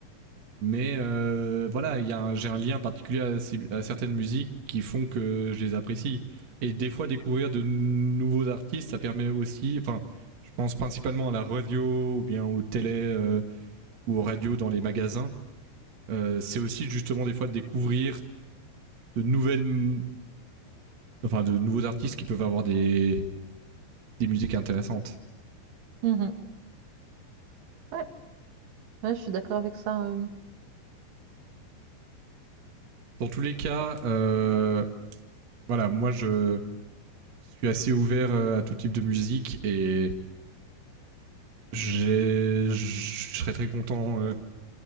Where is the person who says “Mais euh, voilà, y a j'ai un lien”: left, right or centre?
Right